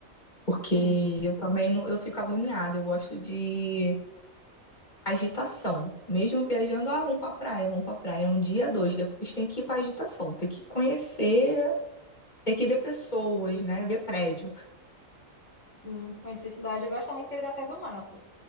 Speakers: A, on the left (about 35°); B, on the left (about 65°).
A: Porque
B: sim.
A: eu também não, eu fico agoniada, eu gosto de agitação. Mesmo viajando, ah, vamos pra praia, vamos pra praia, um dia, dois, depois tem que ir pra agitação, tem que conhecer, tem que ver pessoas, né? Ver prédio.
B: Sim, conhecer a cidade. Eu gosto muito que ele dá artesanato.